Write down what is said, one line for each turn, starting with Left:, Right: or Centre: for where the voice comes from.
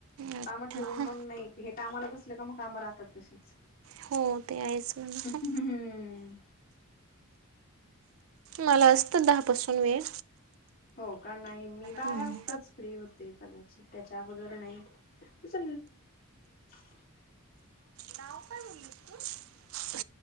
Right: अच्छा
Left: काम ठेवून
Right: हां
Left: मग नाही हे कामाला बसल का मग कामं राहतात तशीच.
Right: होते ते आहेच म्हणा.
Left: हम्म
Right: मला असतो दहापासून वेळ.
Left: हो का. नाही. मी बारा
Right: हम्म
Left: वाजताच फ्री होते कदाचित त्याच्या अगोदर नाही होत <unintelligible>
Right: नाव काय बोललीस तू?